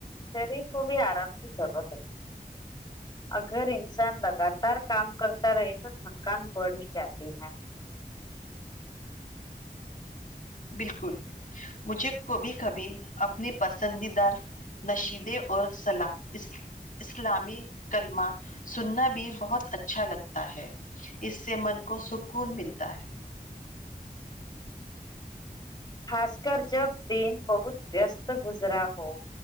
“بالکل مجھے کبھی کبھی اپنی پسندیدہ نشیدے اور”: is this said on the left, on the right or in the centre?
Left